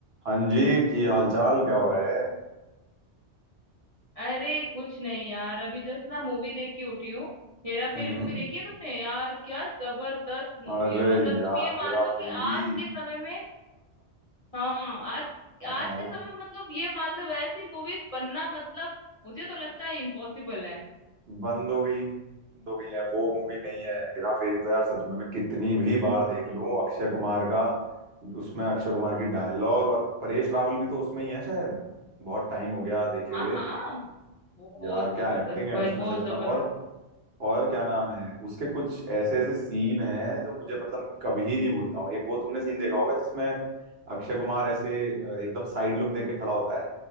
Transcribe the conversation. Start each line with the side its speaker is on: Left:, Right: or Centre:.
Right: हाँ जी की हालचाल क्या हो रहा है
Left: अरे कुछ नहीं यार अभी जस्ट ना मूवी देख के उठी हूँ हेरा फेरी
Right: हम्म
Left: मूवी देखी है तुमने यार क्या जबरदस्त मूवी
Right: अरे
Left: है मतलब
Right: यार
Left: तुम ये मान
Right: हेरा
Left: लो
Right: फेरी
Left: कि आज के समय में हाँ आज
Right: हाँ,
Left: आज के समय में मतलब ये मान लो ऐसी मूवीज बनना मतलब मुझे तो लगता है इम्पॉसिबल है
Right: बंद हो गई बंद हो गई है वो मूवी नहीं है हेरा फेरी तो यार सच में मैं कितनी भी बार देख लूं अक्षय कुमार का उसमें अक्षय कुमार की डायलॉग और परेश रावल भी तो उसमें ही है शायद बहुत टाइम हो गया देखे
Left: हाँ
Right: हुए
Left: हाँ बहुत
Right: यार क्या
Left: जबरदस्त
Right: एक्टिंग है
Left: भाई
Right: उसमें
Left: बहुत
Right: सच
Left: जबरदस्त
Right: में और और क्या नाम है उसके कुछ ऐसे ऐसे सीन हैं जो मुझे मतलब कभी नहीं भूलता हूँ एक वो तुमने सीन देखा होगा जिसमें अक्षय कुमार ऐसे अ, एकदम साइड लुक देके खड़ा होता है